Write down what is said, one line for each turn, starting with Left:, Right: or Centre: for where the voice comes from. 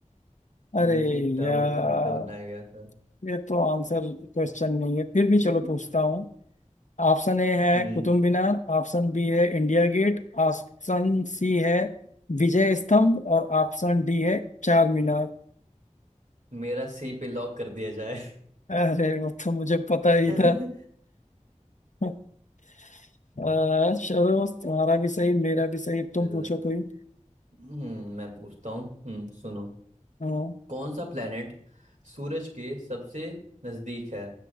Left: अरे
Right: विजय टावर
Left: यार
Right: के रूप में बनाया गया था
Left: ये तो आंसर क्वेश्चन नहीं है फिर भी
Right: <laughs>
Left: चलो पूछता हूँ ऑप्शन ए है
Right: हम्म
Left: कुतुब मीनार ऑप्शन बी है इंडिया गेट ऑप्शन सी है विजय स्तंभ और ऑप्शन डी है चार मीनार
Right: मेरा सी पे लॉक कर दिया जाए
Left: अरे वो तो मुझे पता ही
Right: <laughs>
Left: था <laughs> अ, चलो तुम्हारा भी सही मेरा भी सही अब तुम
Right: चल
Left: पूछो कोई
Right: हम्म मैं पूछता हूँ हम्म सुनो
Left: हाँ
Right: कौन सा प्लेनेट सूरज के सबसे नजदीक है